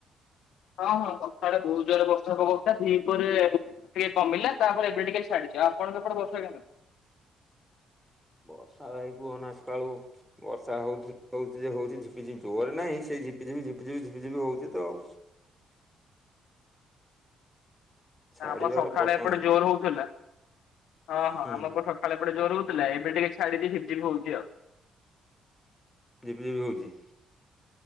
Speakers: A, on the left; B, in the centre.
A: ହଁ ହଁ ସକାଳେ ବହୁତ ଜୋରରେ ବର୍ଷା ପକଉ ଥିଲା ଦି ପହରେ ଟିକେ କମିଲା ତାପରେ ଏବେ ଟିକେ ଛାଡି ଆପଣଙ୍କ ସେପଟେ ବର୍ଷା କେମିତି?
B: <inaudible> ବର୍ଷା ଭାଇ କୁହନା ସକାଳୁ ବର୍ଷା ହଉ ହଉଛି ଯେ ହଉଛି ଝିପିଝିପି ଜୋରରେ ନାହିଁ ସେ ଝିପି ଝିପି ଝିପିଝପି ଝିପି ଝିପି ହଉଛି ତ ଆଉ। ଛାଡିବାର
A: ଆମ ସକାଳେ
B: ପ୍ରଶ୍ନ
A: ଏପଟେ
B: ନାହିଁ
A: ଜୋର ହଉଥିଲା ହଁ
B: ହୁଁ
A: ହଁ ଆମ ଏପଟେ ସକାଳେ ଏପଟେ ଜୋର ହଉଥିଲା। ଥିଲା ଏବେ ଟିକେ ଛାଡିଛି ଝିପିଝିପି ହଉଛି ଆଉ।
B: ଝିପି ଝିପି ହଉଛି।